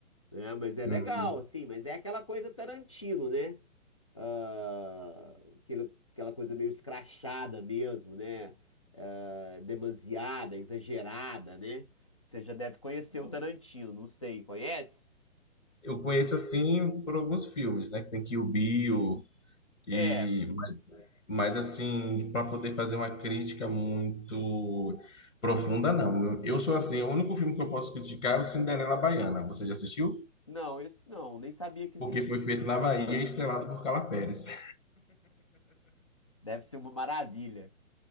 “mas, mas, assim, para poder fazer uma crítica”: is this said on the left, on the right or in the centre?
Left